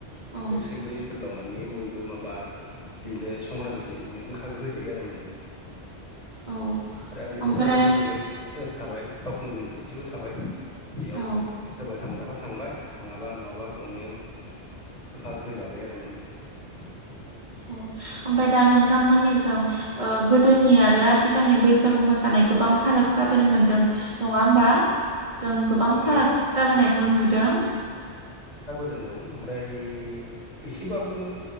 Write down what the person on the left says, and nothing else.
बे सैद एप्रिलाव माने बयबो ओ माबा बिदिनो संक्रान्ति बिनो गोखा गोखै जायो आरो माने
आरो ओरै
कक्राझाराव ओरैहाय थाबाय बावखुंग्रि फेस्टिभेल थाबाय बेयाव
सोरबा थांग्राफोर थांबाय थाङाबा नङाबा बावनो गोखा गोखो जाबाय आरो माने <inaudible>
ओ
नंगौ ओमफ्राय एसेबाबो